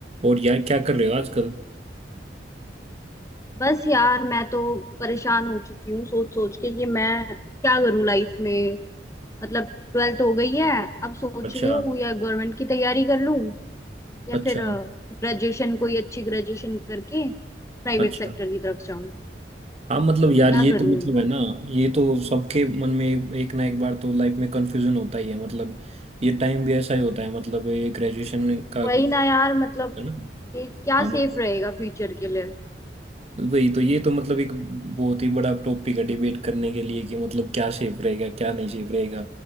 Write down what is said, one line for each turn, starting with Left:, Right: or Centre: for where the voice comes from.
Right: और यार क्या कर रहे हो आजकल
Left: बस यार मैं तो परेशान हो चुकी हूँ सोच सोच के कि मैं क्या करूँ लाइफ में मतलब ट्वेल्थ हो गई है अब सोच
Right: अच्छा
Left: रही हूँ या गवर्नमेंट की तैयारी कर लूँ या
Right: अच्छा
Left: फिर ग्रेजुएशन कोई अच्छी ग्रेजुएशन करके प्राइवेट
Right: अच्छा
Left: सेक्टर की तरफ जाऊँ
Right: हाँ मतलब यार
Left: क्या
Right: ये
Left: करूँ
Right: तो मतलब
Left: ना
Right: है ना ये तो सबके मन में एक, एक ना एक बार तो लाइफ में कंफ्यूजन होता ही है मतलब ये टाइम भी ऐसा ही होता है मतलब ये ग्रेजुएशन का है
Left: वही ना यार मतलब
Right: ना
Left: कि क्या
Right: हाँ मतलब
Left: सेफ रहेगा फ्यूचर के लिए
Right: वही तो ये तो मतलब एक बहुत ही बड़ा टॉपिक है डिबेट करने के लिए कि मतलब क्या सेफ रहेगा क्या नहीं सेफ रहेगा